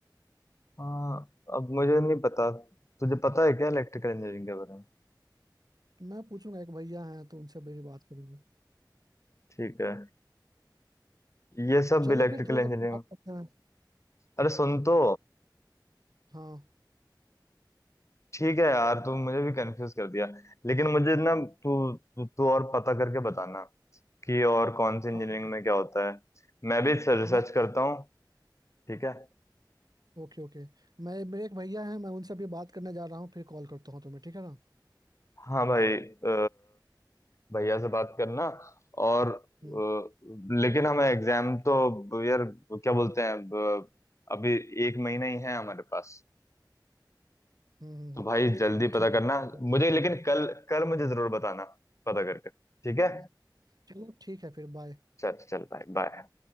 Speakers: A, on the left; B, on the right.
A: हाँ अब मुझे नहीं पता तुझे पता है क्या इलेक्ट्रिकल इंजीनियरिंग के बारे में
B: तो मैं पूछूंगा एक भैया हैं तो उनसे मेरी बात करूंगा
A: ठीक है ये सब
B: चलो
A: इलेक्ट्रिकल
B: फिर थोड़ी
A: इंजीनियरिंग
B: देर में बात करते हैं
A: अरे सुन तो
B: हाँ
A: ठीक है यार तू मुझे भी कंफ्यूज कर दिया लेकिन मुझे ना तू तू तू और पता करके बताना कि और कौन सी इंजीनियरिंग
B: हाँ
A: में क्या होता है मैं भी रिसर्च
B: मैं
A: करता हूँ ठीक है
B: ओके ओके मैं मेरे एक भैया हैं मैं उनसे अभी बात करने जा रहा हूँ फिर कॉल करता हूँ तुम्हें ठीक है ना
A: हाँ भाई अ, भैया से बात करना और अ,
B: हम्म
A: लेकिन हमें एग्जाम तो यार क्या बोलते हैं अब, अभी एक महीना ही है हमारे पास
B: हम्म हम्म,
A: तो
B: हम्म।
A: भाई जल्दी
B: तो ठीक
A: पता करना
B: है
A: मुझे लेकिन कल कल मुझे जरूर बताना पता करके ठीक है
B: हाँ, चलो ठीक है फिर बाय
A: चल चल भाई बाय